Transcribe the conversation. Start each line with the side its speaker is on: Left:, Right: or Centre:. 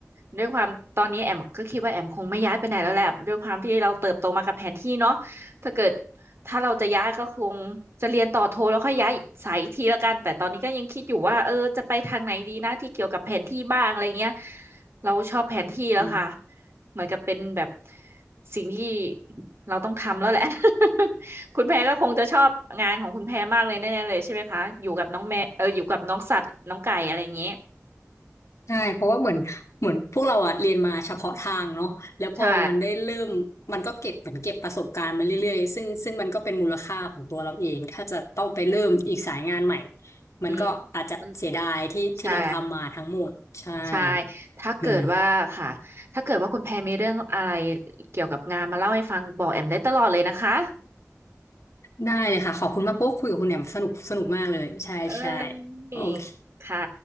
Right: ด้วยความตอนนี้แอมก็คิดว่าแอมคงไม่ย้ายไปไหนแล้วแหละด้วยความที่เราเติบโตมากับแผนที่เนาะถ้าเกิดถ้าเราจะย้ายก็คงจะเรียนต่อโทแล้วค่อยย้ายสายอีกทีละกันแต่ตอนนี้ก็ยังคิดอยู่ว่าเออจะไปทางไหนดีนะที่เกี่ยวกับแผนที่บ้างอะไรเงี้ยเราชอบแผนที่แล้วค่ะ
Left: อืม
Right: เหมือนกับเป็นแบบสิ่งที่เราต้องทำแล้วแหละ <laughs> คุณแพรก็คงจะชอบงานของคุณแพรมากเลยแน่ๆเลยใช่ไหมคะอยู่กับน้องแม่เอออยู่กับน้องสัตว์น้องไก่อะไรอย่างเงี้ย
Left: ใช่เพราะว่าเหมือนเหมือนพวกเราอะเรียนมาเฉพาะทางเนาะแล้วพอมันได้เริ่มมันก็เก็บเหมือนเก็บประสบการณ์มาเรื่อยๆซึ่งซึ่งมันก็เป็นมูลค่าของตัวเราเองถ้าจะต้องไปเริ่มอีกสายงานใหม่
Right: ใช่
Left: มันก็อาจจะเสียดายที่ที่เราทำมาทั้งหมดใช่
Right: อืมมันใช่ใช่ถ้าเกิดว่าค่ะถ้าเกิดว่าคุณแพรมีเรื่องอะไร
Left: อืม
Right: เกี่ยวกับงานมาเล่าให้ฟังบอกแอมได้ตลอดเลยนะคะ
Left: ได้เลยค่ะขอบคุณมากพวกคุยกับคุณแหม่มสนุกสนุกมากเลยใช่ใช่
Right: เอ้
Left: โอเค
Right: ยค่ะ